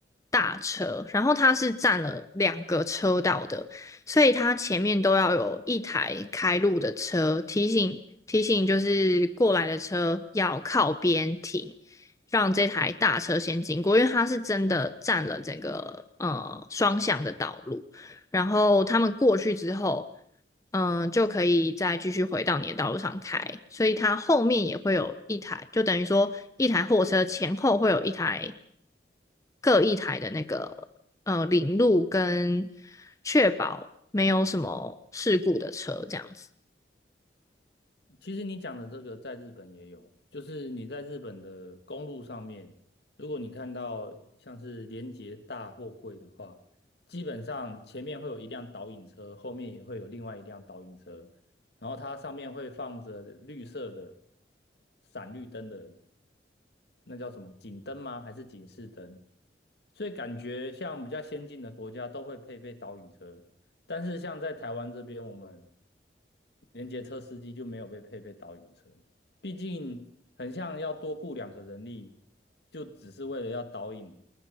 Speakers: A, on the left; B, on the left.
A: 大车，然后它是占了两个车道的，所以它前面都要有一台开路的车提醒提醒，就是过来的车要靠边停，让这台大车先经过，因为它是真的占了整个呃双向的道路。然后他们过去之后，嗯，就可以再继续回到你的道路上开，所以它后面也会有一台，就等于说一台货车前后会有一台各一台的那个呃领路跟确保没有什么事故的车这样子。
B: 其实你讲的这个在日本也有，就是你在日本的公路上面，如果你看到像是连接大货柜的话，基本上前面会有一辆导引车，后面也会有另外一辆导引车，然后它上面会放着绿色的闪绿灯的，那叫什么警灯吗？还是警示灯？所以感觉像比较先进的国家都会配备导引车，但是像在台湾这边，我们连接车司机就没有被配备导引车，毕竟很像要多雇两个人力，就只是为了要导引，